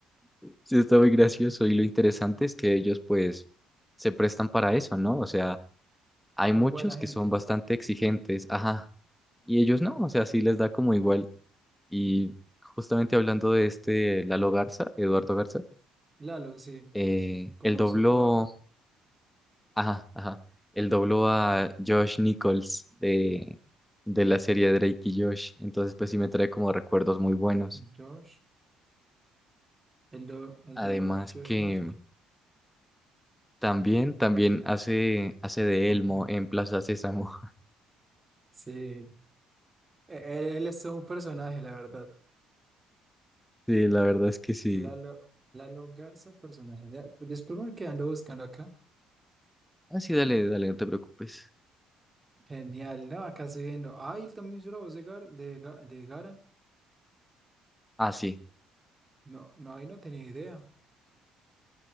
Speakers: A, in the centre; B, on the right (about 20°).
A: Sí, está muy gracioso y lo interesante es que ellos pues se prestan para eso, ¿no? O sea, Hay
B: Son
A: muchos
B: buena gente.
A: que son bastante exigentes, ajá. Y ellos no, o sea, sí les da como igual. Y justamente hablando de este Lalo Garza, Eduardo Garza,
B: Lalo, sí,
A: eh,
B: como
A: él dobló,
B: su apodo.
A: ajá, ajá, él dobló a Josh Nichols de, de la serie Drake y Josh. Entonces, pues sí me trae como recuerdos muy buenos.
B: Josh, el, do, el
A: Además
B: doble de Josh
A: que
B: Nisco.
A: también, también hace, hace de
B: Hombre.
A: Elmo en Plaza Sésamo. <laughs>
B: Sí, Eh, Él es todo un personaje, la verdad.
A: Sí, la verdad es que sí.
B: Lalo, Lalo Garza, personaje. Ya, pues, Discúlpame que ando buscando acá.
A: Ah, sí, dale, dale, no te preocupes.
B: Genial, no, acá estoy viendo. Ah, él también hizo la voz de, Gar- de, Ga- de Gara.
A: Ah, sí.
B: No, no, ahí no tenía idea,